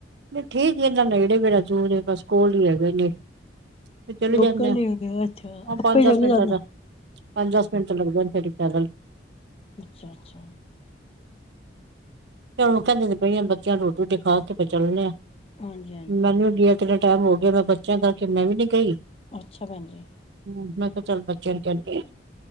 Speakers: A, on the right; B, on the left.
A: ਨਹੀਂ ਠੀ ਜ ਇਹਦਾ ਨੇੜੇ ਮੇੜਾ ਦੂਰ ਬਸ ਕੋਲ ਹੀ ਹੈਗੇ ਨੇ <inaudible> ਤੇ ਚਲੇ
B: ਲੋਕਲ
A: ਜਾਂਦੇ ਆ
B: ਨੀ ਹੈਗੇ ਅੱਛਾ, ਆਪੇ
A: ਪੰਜ ਦਸ
B: ਚਲੇ
A: ਮਿੰਟਾਂ
B: ਜਾਂਦਾ।
A: ਦਾ। ਪੰਜ ਦਸ ਮਿੰਟਤਾਂ ਲੱਗਦੇ ਨੇ ਪੈਦਲ।
B: ਅੱਛਾ ਅੱਛਾ
A: ਤੇ ਅਹੋ ਕਹਿੰਦੇ ਪਈਆਂ ਬੱਚਿਆਂ ਰੋਟੀ ਰੂਟੀ ਖਾ ਕੇ ਚੱਲਨੇ ਆ
B: ਹਾਂਜੀ-ਹਾਂਜੀ।
A: ਮੈਨੂੰ ਕੇ। ਟਾਈਮ ਹੋ ਗਿਆ ਮੈਂ ਬੱਚਿਆਂ ਕਰ ਕੇ ਮੈਂ ਵੀ ਨੀ ਗਈ।
B: ਅੱਛਾ ਭੈਣ ਜੀ।
A: ਹੂੰ ਮੈਂ ਕਿਹਾ ਚੱਲ ਬੱਚਿਆਂ ਨੂੰ ਕਹਿੰਦੀ ਆ